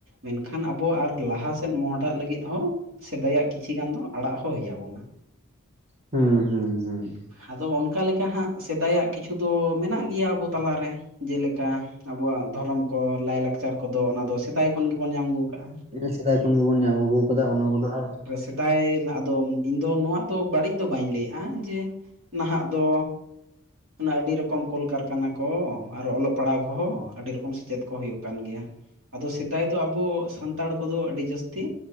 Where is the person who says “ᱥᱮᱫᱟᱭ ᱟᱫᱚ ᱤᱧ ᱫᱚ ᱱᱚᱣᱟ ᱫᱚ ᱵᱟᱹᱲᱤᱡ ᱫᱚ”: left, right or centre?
Right